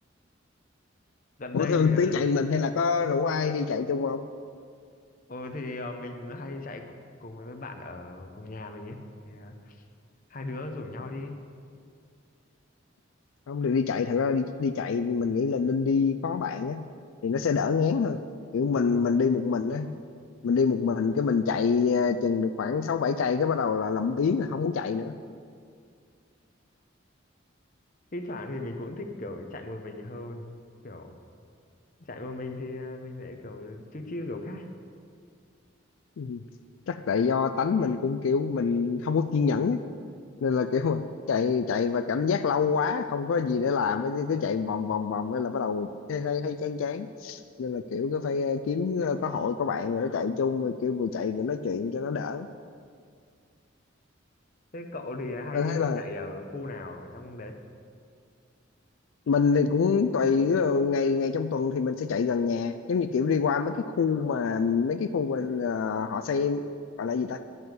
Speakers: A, on the left; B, on the left.
A: gần
B: Ủa
A: đây
B: Thương
A: thì
B: tiến
A: ờ,
B: chạy một mình hay là có rủ ai đi chạy chung không?
A: Ừ thì ờ, mình hay chạy cu- cùng với mấy bạn ở cùng nhà mình ấy thì ờ, hai đứa rủ nhau đi
B: Không được đi chạy, thật ra đi, đi chạy mình nghĩ là nên đi có bạn á thì nó sẽ đỡ ngán hơn. Kiểu
A: đúng
B: mình
A: rồi đúng
B: mình
A: rồi
B: đi một mình á, mình đi một mình cái mình chạy ờ, chừng được khoảng 6 7 cây cái bắt đầu là làm biếng là không muốn chạy nữa.
A: thi thoảng thì mình cũng thích kiểu chạy một mình hơn kiểu chạy một mình thì ờ, mình lại kiểu chill chill kiểu khác
B: Ừ. Chắc tại do tánh mình cũng kiểu mình không có kiên nhẫn á nên là kiểu mà chạy chạy và cảm giác lâu quá không có gì để làm á, cứ chạy vòng vòng vòng cái là bắt đầu thấy thấy thấy chán chán. nên là kiểu cứ phải ờ, kiếm ờ, có hội có bạn rồi nó chạy chung rồi kiểu vừa chạy vừa nói chuyện cho nó đỡ
A: thế cậu thì hay
B: Ờ, thế là
A: chạy ở khu nào ở trong đấy
B: mình thì cũng tùy ví dụ ngày ngày trong tuần thì mình sẽ chạy gần nhà giống như kiểu đi qua mấy cái khu mà mấy cái khu mà ờ, họ xây gọi là gì ta